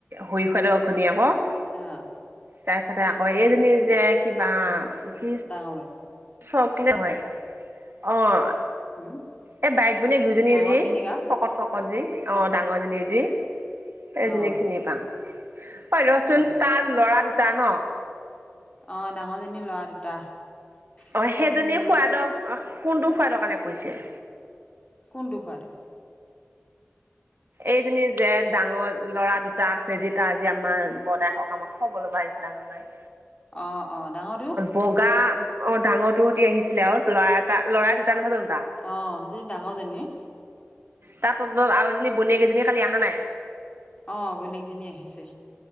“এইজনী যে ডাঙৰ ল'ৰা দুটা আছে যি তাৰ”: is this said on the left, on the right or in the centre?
Right